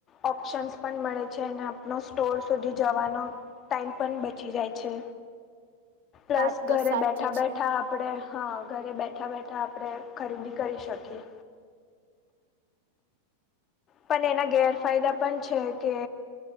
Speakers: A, on the left; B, on the right.
A: ઓપ્શન્સ પણ મળે છે એને આપનો સ્ટોર સુધી જવાનો ટાઈમ પન બચી જાય છે પ્લસ
B: વાત તો
A: ઘરે
B: સાચી
A: બેઠા બેઠા
B: છે
A: આપણે હા ઘરે બેઠા બેઠા આપણે ખરીદી કરી શકીએ. પન એના ગેરફાયદા પણ છે કે